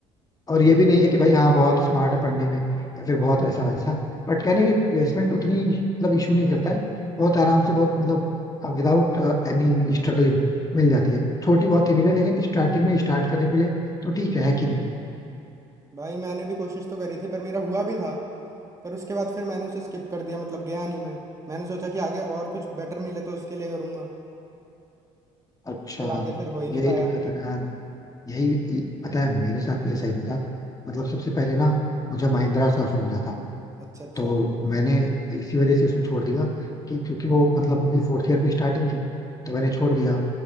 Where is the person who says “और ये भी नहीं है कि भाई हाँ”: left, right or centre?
Left